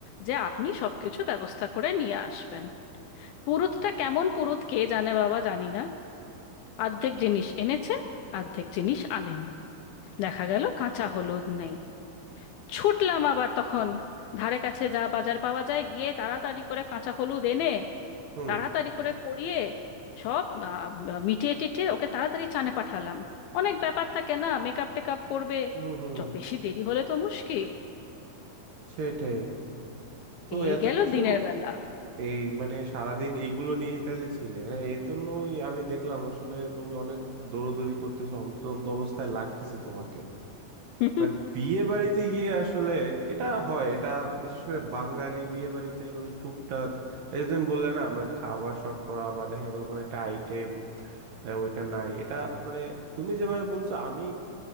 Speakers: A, on the left; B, on the right.
A: যে আপনি সবকিছু ব্যবস্থা করে নিয়ে আসবেন পুরুতটা
B: আচ্ছা।
A: কেমন পুরুত কে জানে বাবা জানি না অর্ধেক জিনিস এনেছে অর্ধেক জিনিস আনেনি দেখা গেল কাঁচা হলুদ নেই ছুটলাম আবার তখন ধারে কাছে যা বাজার পাওয়া যায় গিয়ে তাড়াতাড়ি করে কাঁচা হলুদ এনে
B: হুম
A: তাড়াতাড়ি করে করিয়ে সব আহ, মিটিয়ে টিটিয়ে ওকে তাড়াতাড়ি চানে পাঠালাম অনেক ব্যাপার থাকে না মেকআপ টেকআপ করবে
B: হুম হুম
A: চ বেশি দেরি হলে তো মুশকিল
B: সেটাই তো
A: এই
B: এত
A: গেল
B: কিছু
A: দিনের বেলা
B: এই মানে সারাদিন এইগুলো নিয়েই তাহলে ছিলে হ্যাঁ এই জন্যই আমি দেখলাম আসলে তুমি অনেক দৌড়দৌড়ি করতেছো হন্তদন্ত অবস্থায় লাগতেছে তোমাকে
A: এ
B: বাট বিয়ে বাড়িতে গিয়ে আসলে এটা হয় এটা বিশেষ করে বাঙালি বিয়ে বাড়িতে মানে টুকটাক এই যে তুমি বললে না মানে খাবার শর্ট পড়া বা দেখা গেলো কোনো একটা আইটেম ওইটা নাই এটা মানে তুমি যেভাবে বলছো আমি